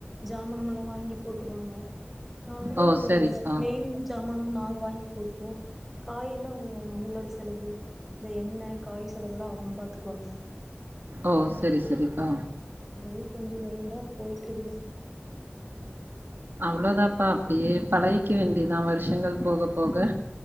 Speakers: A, in the centre; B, on the right.
A: ஜாமனமெல்லா வாங்கி போட்ருவாங்க நாங்களு
B: ஓ
A: இருக்கதுனால
B: சரிப்பா
A: மெயின் சாமன நாங்க வாங்கி போட்ருவோ காயெல்லா அவ்ங்க அவ்ங்களோட செலவு இந்த எண்ணெ காய் செலவுலா அவுங்க பாத்துக்குவாங்க
B: ஓ செரி செரிப்பா
A: அப்டியே கொஞ்ச மயிண்டா போயிட்ருக்குதுங்க
B: அவ்ளோதாப்பா அப்டியே பழகிக்க வேண்டியதா வருஷங்கள் போக போக